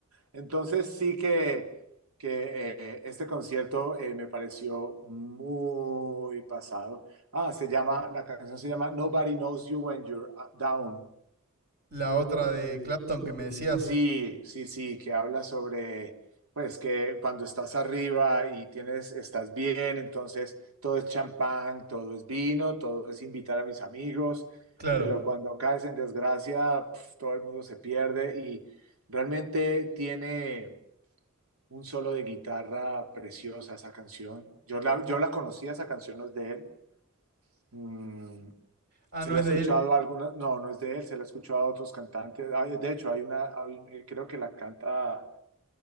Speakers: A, on the right; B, on the right.
A: Entonces sí que, que eh, este concierto eh, me pareció muy pasado. Ah, se llama, la canción se llama Nobody Knows You When You're ah, Down.
B: La otra de Clapton que me decías.
A: Sí, sí, sí, que habla sobre, pues que cuando estás arriba y tienes, estás bien, entonces todo es champán, todo es vino, todo es invitar a mis amigos,
B: Claro.
A: pero cuando caes en desgracia, pf, todo el mundo se pierde y realmente tiene... un solo de guitarra preciosa esa canción. Yo la, yo la conocía, esa canción no es de él. Mm,
B: Ah,
A: se
B: no
A: la
B: es
A: he escuchado
B: de él.
A: a algunas, no, no es de él, se la he escuchado a otros cantantes. Ah, De hecho, hay una, hay- eh, creo que la canta,